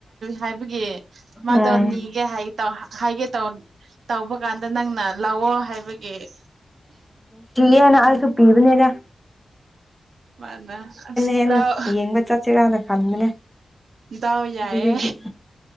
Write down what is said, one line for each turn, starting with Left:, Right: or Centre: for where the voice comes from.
Right: ꯍꯥꯏꯕꯒꯤ ꯃꯥꯗꯣ
Centre: ꯎꯝ
Right: ꯅꯤꯒꯦ ꯍꯥꯏ ꯇꯧ ꯍꯥꯏꯒꯦ ꯇꯧꯕ ꯀꯥꯟꯗ ꯅꯪꯅ ꯂꯥꯛꯑꯣ ꯍꯥꯏꯕꯒꯤ
Centre: ꯌꯦꯅ ꯑꯩꯁꯨ ꯄꯤꯕꯅꯦ ꯁꯦ
Right: ꯃꯥꯅ ꯑꯁ
Centre: ꯍꯦꯟ
Right: ꯇꯥꯎ
Centre: ꯌꯦꯡꯕ ꯆꯠꯁꯤꯔꯥꯅ ꯈꯟꯕꯅꯦ
Right: ꯏꯇꯥꯎ ꯌꯥꯏꯌꯦ
Centre: ꯑꯗꯨꯗꯒꯤ